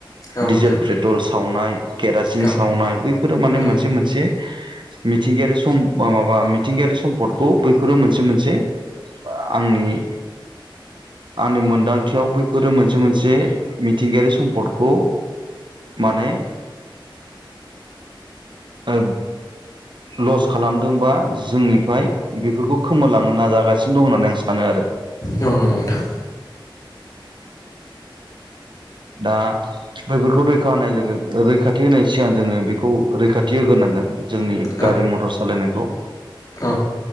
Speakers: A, on the left; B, on the right.
A: औ
B: डिजेल
A: नोंथां
B: पेट्रल सावनाय केरासिन
A: औ
B: सावनाय बैफोरो माने
A: औ
B: मोनसे मोनसे मिथिंगायारि सम माबा मिथिंगायारि सम्पदखौ बैफोरो मोनसे मोनसे आंनि आंनि मोनदांथियाव बैफोरो मोनसे मोनसे मिथिंगायारि सम्पदखौ माने औ। लस खालामदोंबा जोंनिफ्राय बेफोरखौ खोमोरलांनो नाजागासिनो। दं होननानै आं सानो आरो।
A: औ नंगौ नोंथां
B: दा बेैफोरखौ रैखा होनाय लोगो रैखाथि होनाय सिगां जोंङो बेखौ रैखाथि होग्रोनांगोन जोंनि गारि
A: औ
B: मटर सालायनायखौ
A: औ